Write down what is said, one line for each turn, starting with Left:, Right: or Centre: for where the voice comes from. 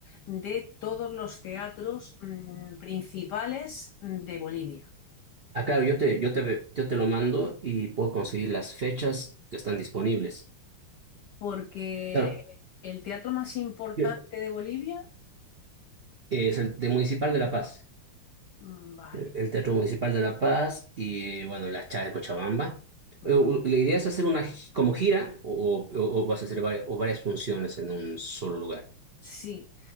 Left: de todos los teatros mm, principales de Bolivia,
Right: Ah, claro, yo te, yo te, yo te lo mando y puedo conseguir las fechas que están disponibles.
Left: porque
Right: Claro,
Left: el teatro más importante
Right: Bien.
Left: de Bolivia,
Right: es el de Municipal de La Paz.
Left: mm, vale,
Right: eh, el Teatro Municipal de La Paz y, bueno, la Chá de Cochabamba.
Left: vale,
Right: Eh, u- La idea es hacer una gi- como gira o, o- o vas a hacer varias, o varias funciones en un solo lugar.
Left: Sí,